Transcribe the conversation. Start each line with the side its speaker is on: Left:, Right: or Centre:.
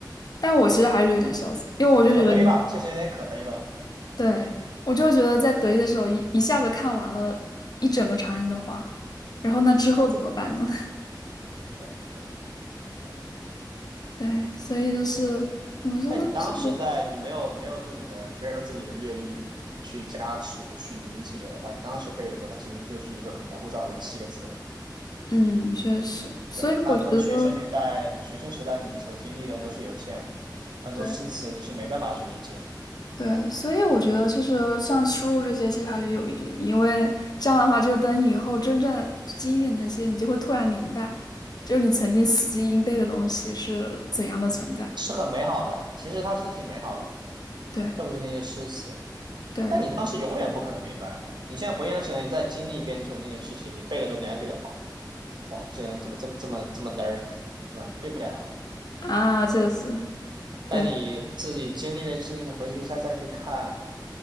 Left: 但我其实还是有点萧瑟，因为我就觉得你，
Right: 可悲吧，确实有点可悲吧，
Left: 对，我就觉得在得意的时候一一下子看完了一整个长安的花，然后那之后怎么办呢？
Right: 是的，对，这个很很可悲。
Left: 对，所以就是怎么说呢？
Right: 那你当时在你没有没有自己的没有自己的阅历去加持去理解的话，
Left: 是的
Right: 你当时背的时候，它其实就是一个很枯燥的七个字。
Left: 嗯，确实，所以我觉得，
Right: 对，大部分学生年代、学生时代你所经历的都是有限的，很多诗词你是没办法去理解，
Left: 对对，所以我觉得其实像输入这些，其实还是有一点，因为这样的话，就等以后真正经历的那些，你就会突然明白，就是你曾经死记硬背的东西是怎样的存在。
Right: 是很美好的，其实它是挺美好的，
Left: 对
Right: 特别是那些诗词。
Left: 对
Right: 但你当时永远不可能明白，你现在回想起来，你再经历一遍你所那些事情，你背的时候你还觉得哇哇，这个人怎么这么这么这么嘚儿，对吧？背不了啊。
Left: 啊，确实，
Right: 对。但你自己经历的事情，
Left: 对
Right: 你回去再再去看